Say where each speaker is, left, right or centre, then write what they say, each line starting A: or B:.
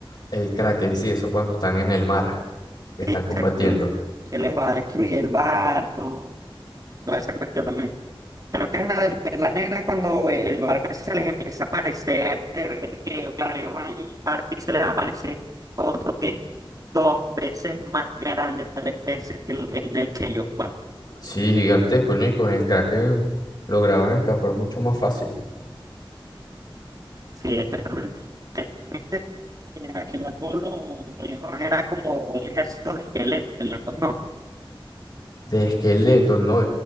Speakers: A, on the left; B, on the right.
A: El Kraken, sí, eso cuando están en el mar, que
B: que,
A: están combatiendo.
B: que- que les va a destruir el barco, toda esa cuestión también. Creo que es la de la Negra cuando el barco ese se les empieza a aparecer, de repente claro, ellos van y parte y se les aparece otro que es dos veces más grande, tres veces que el en el que ellos van.
A: Sí, gigantesco, ¿no? Y con el Kraken lograban escapar mucho más fácil.
B: Sí, exactamente. Este, eh, Aquel barco lo, lo llevaban, era como un ejército de esqueletos, el barco no
A: De esqueletos, ¿no?